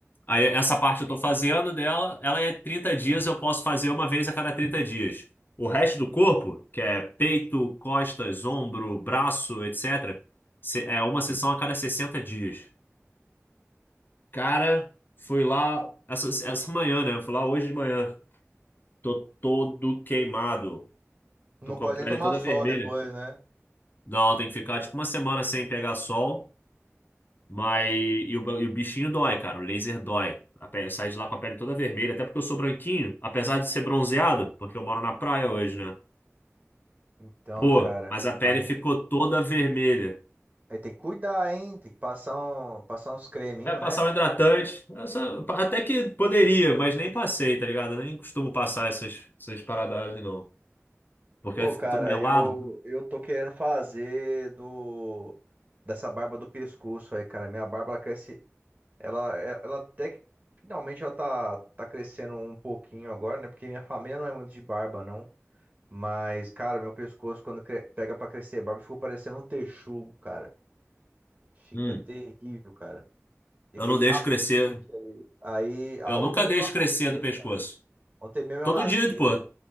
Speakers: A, on the left; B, on the right.
A: aí essa parte eu tô fazendo dela, ela é 30 dias, eu posso fazer uma vez a cada 30 dias. O resto do corpo, que é peito, costas, ombro, braço, etc., se- é uma sessão a cada 60 dias. Cara, fui lá essa, essa manhã, né? Fui lá hoje de manhã. Tô todo queimado.
B: Não
A: Tô com
B: pode
A: a pele
B: nem tomar
A: toda
B: sol
A: vermelha.
B: depois, né?
A: Não, tem que ficar tipo uma semana sem pegar sol. Mas e o, e o bichinho dói, cara. O laser dói. A pele, sai de lá com a pele toda vermelha. Até porque eu sou branquinho, apesar de ser bronzeado, porque eu moro na praia hoje, né?
B: Então,
A: Pô,
B: cara,
A: mas a pele
B: aí,
A: ficou toda vermelha.
B: aí tem que cuidar, hein? Tem que passar, um, passar uns creminhos,
A: É, passar
B: né?
A: um hidratante. eu só- até que poderia, mas nem passei, tá ligado? Eu nem costumo passar essas, essas paradas, não. Porque
B: Ô,
A: aí fica
B: cara,
A: todo melado.
B: eu, eu tô querendo fazer do dessa barba do pescoço aí, cara. Minha barba ela cresce Ela, é- ela até que finalmente ela tá, tá crescendo um pouquinho agora, né? Porque minha família não é muito de barba, não. Mas, cara, meu pescoço, quando cre- pega pra crescer barba, ficou parecendo um texugo, cara. Fica
A: Hum,
B: terrível, cara. Fica
A: eu não
B: aí
A: deixo
B: tapete
A: crescer.
B: ali. Aí, ah,
A: Eu
B: ontem
A: nunca
B: mesmo
A: deixo
B: eu
A: crescer
B: raspei,
A: do pescoço.
B: cara. Ontem mesmo
A: Todo
B: eu raspei.
A: dia, pô.